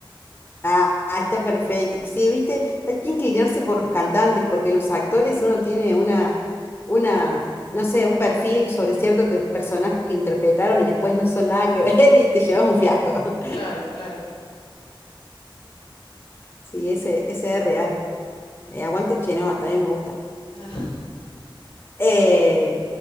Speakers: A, on the left; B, on the left.
A: Ah, ah, está perfecto. Sí, viste, hay que inclinarse por los cantantes, porque los actores uno tiene una, una, no sé, un perfil sobre cierto te- personaje que interpretaron y después no son nada que <laughs> ver y te llevas un fiasco. <laughs>
B: Claro, claro.
A: Sí, ese, ese es real. Eh, aguante Chenoa, también me gusta.
B: Ah,
A: Eh,